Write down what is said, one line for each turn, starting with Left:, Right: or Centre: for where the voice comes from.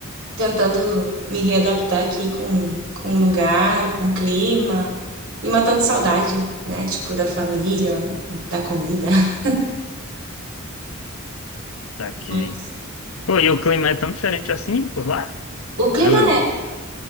Right: tentando me readaptar aqui com, com o lugar, com o clima e matando saudade, né? Tipo, da família, da comida. <laughs>
Left: Saquei.
Right: Mas
Left: Pô, e o clima é tão diferente assim por lá?
Right: o clima
Left: Eu-